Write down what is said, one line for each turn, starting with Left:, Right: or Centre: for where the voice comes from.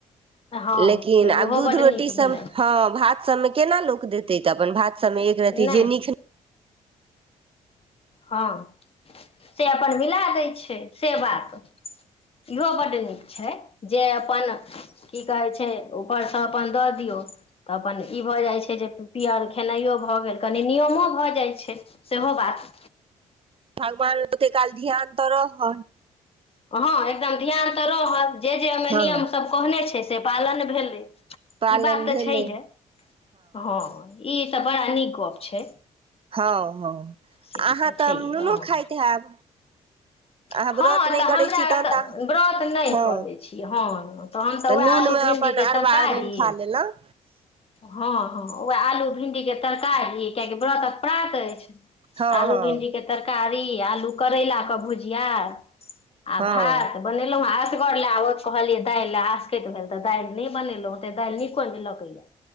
Left: हँ
Right: लेकिन
Left: तऽ
Right: आब
Left: ओहो
Right: दूध
Left: बड्ड
Right: रोटी
Left: नीक
Right: सब
Left: भेलै
Right: हँ भात सबमे केना लोक देतै तऽ अपन भा सभमे एकरति
Left: नहि
Right: जे नीक
Left: हँ से अपन मिला दैत छै से बात इहो बड्ड नीक छै जे अपन की कहैत छै ऊपरसँ अपन दऽ दियौ तऽ अपन ई भऽ जाइत छै जे पिअर खेनाइओ भऽ गेल कनि नियमो भऽ जाइत छै सेहो बात
Right: भगवान लोकके काल ध्यानतर हन
Left: हँ एकदम ध्यान तऽ रहत जे जे एहिहिमे
Right: हँ
Left: नियम सब कहने छै से पालन भेलै
Right: पालन
Left: ई बात तऽ
Right: भेलै
Left: छै ने हँ ई तऽ बड़ा नीक गप छै
Right: हँ हँ
Left: से
Right: अहाँ तऽ
Left: छैहे
Right: नूनो
Left: हँ
Right: खाइत हैब अहाँ
Left: हँ
Right: व्रत नहि
Left: तऽ
Right: करै
Left: हमराऽ
Right: छी तहन तऽ
Left: व्रत नहि
Right: हँ
Left: करैत छी हँ तऽ हमसभ ओएह
Right: नूनमे
Left: आलू भिंडीके
Right: अपन अरबा
Left: तरकारी
Right: अरबाइन खा लेलहुँ
Left: हँ हँ ओह आलू भिंडी के तरकारी ली कियाकि व्रत प्रात अछि
Right: हँ
Left: आलू
Right: हँ
Left: भिंडी के तरकारी आलू करैला के भुज बिियार आ
Right: हँ
Left: भात बनेलहुँ ह आ गर ले आब कहलियै दालि ले आसकैत भेल तऽ दालि नहि बनेलहु ओते दालि निको नहि लगैले